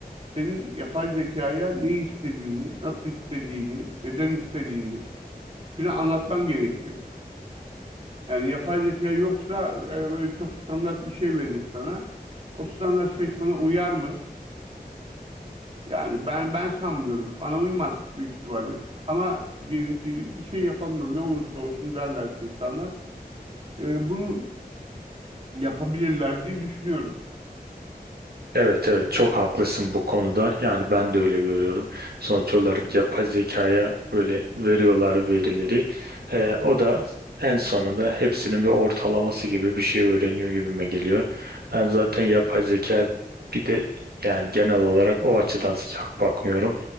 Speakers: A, on the right; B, on the right.
A: senin yapay zekaya ne istediğini, nasıl istediğini, neden istediğini filan anlatman gerekiyor. Yani yapay zeka yoksa e, böyle çok standart bir şey verir sana. O standart şey sana uyar mı? Yani ben ben sanmıyorum. Bana uymaz büyük ihtimalle. Ama diyelim ki bir, bir şey yapalım da ne olursa olsun derler ki insanlar. E, bunu yapabilirler diye düşünüyorum.
B: Evet evet çok haklısın bu konuda. Yani ben de öyle görüyorum. Sonuç olarak yapay zekaya böyle veriyorlar verileri. Ee, o da en sonunda hepsinin bir ortalaması gibi bir şey öğreniyor gibime geliyor. Ben zaten yapay zeka bir de yani genel olarak o açıdan sıcak bakmıyorum.